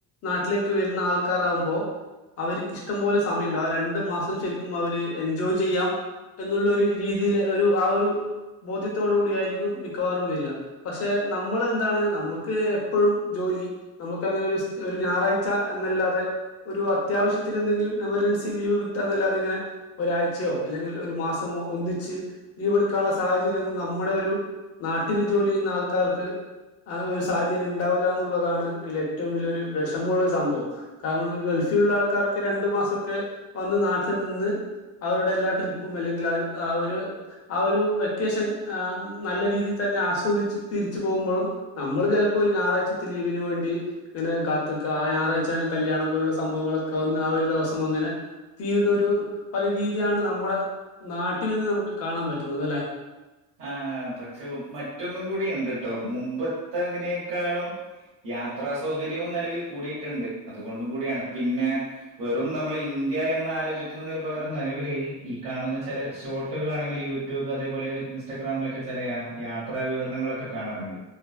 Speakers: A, on the left; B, on the right.
A: നാട്ടിലേക്ക് വെര്ന്ന ആൾ ക്കറാവുമ്പോ അവര്ക്ക് ഇഷ്ടം പോലെ സമയം ഒണ്ടാവകും രണ്ടു മാസം ശെരിക്കും അവര് എൻജോയ് ചെയ്യാം എന്നോള്ളരു രീതിയില് ഒരു ആ ഒരു ബോധ്യത്തോട് കൂടി ആയിരിക്കും മിക്കവാറും വെരിക പക്ഷെ നമ്മള് എന്താണ് നമ്മക്ക് എപ്പോഴും ജോലി നമക്ക് അങ്ങനെ ഒര് ഒര് ഞായറാഴ്ച എന്നല്ലാ ഒരു അത്യാവശ്യത്തിന് എന്തെങ്കിലും എമർജൻസി ലീവ് കിട്ടുക എന്നല്ലാെ ഇങ്ങനെ ഒരാഴ്ചയോ അല്ലെങ്കിൽ ഒര് മാസമോ ഒന്നിച്ച് ലീവ് എടുക്കെനുള്ള സാഹചര്യം ഒന്നും നമ്മടെ ഒരു നാട്ടില് ജോലി ചെയ്യുന്ന ആൾക്കാർക്ക് ആ ഒരു സാഹചര്യം ഒണ്ടാവില്ല എന്നുള്ളതാണ് അതില് ഏറ്റോം വല്യാ ഒര് വെഷേമൊള്ള സംഭവം കാരണം ഈ ഗൾഫിലെള്ള ആൾക്കാരൊക്കെ രണ്ടു മാസമൊക്കെ വന്ന് നാട്ടി നിന്ന് അവരടെ എല്ലാ ട്രിപ്പും അല്ലെങ്കിൽ ആ ഒരു ആ ഒരു വെക്കേഷൻ നല്ല രീതി തന്നെ ആസ്വദിച്ച് തിരിച്ചു പോകുമ്പോഴും നമ്മൾ ചെലപ്പോ ഒര് ഞായറാഴ്ചത്തെ ലീവിന് വേണ്ടി ഇങ്ങനെ കാത്ത് ആ ഞായറാഴ്ച കല്യാണം പോലുള്ള സംഭവങ്ങളൊക്കെ വന്ന് ആ ഒര് ദെവസം അങ്ങനെ തീരുന്നൊ ഒര് പല രീതിയാണ് നമ്മടെ നാട്ടിൽ നിന്ന് നമക്ക് കാണാൻ പറ്റുന്നത് അല്ലെ
B: ആാ പശെ മറ്റൊന്നും കൂടി ഒണ്ട്ട്ടോ മുമ്പത്തെതിനേക്കാളും യാത്രാ സൗകര്യും നെലവിൽ കൂടിട്ടോണ്ട് അതുകൊണ്ടും കൂടിയാണ് പിന്നെ വെറും നമ്മള് ഇന്ത്യാ എന്നാ ആലോചിക്കന്നത് പകരം നെലവില് ഈ കാണുന്ന ചെല ഷോർട്ടുകളാണെങ്കില് യൂട്യൂബ് അതേപോലെ ഇൻറ്റഗ്രാമിലൊക്കെ ചെല യാത്രാ വിവരണങ്ങളൊക്കെ കാണാറെണ്ട്